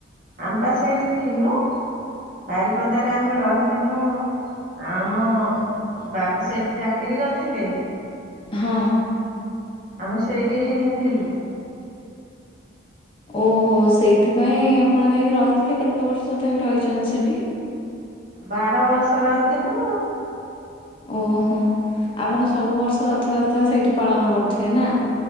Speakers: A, on the right; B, on the left.
A: ଆମେ ପା ସେଇଠି ଥିଲୁ। ବାରିପଦାରେ ଆମେ ରହିଥିଲୁ। ଆମ ବାବୁ ସେଇଠି ଚାକିରି କରିଥିଲେ।
B: ହଁ
A: ଆମେ ସେଇଠି ହିଁ ଥିଲୁ।
B: ଓହୋ ସେଇଥିପାଇଁ ଆପଣ ଯାଇକି ରହିଥିଲେ କେତେ ବର୍ଷ ତଥାପି ରହିଛନ୍ତି ସେଇଠି?
A: ବାର ବର୍ଷ ରହିଥିନୁ।
B: ଓହୋ ଆପଣ ସବୁ ବର୍ଷ ରଥଯାତ୍ରା ସେଇଠି ପାଳନ କରୁଥିବେ ନା?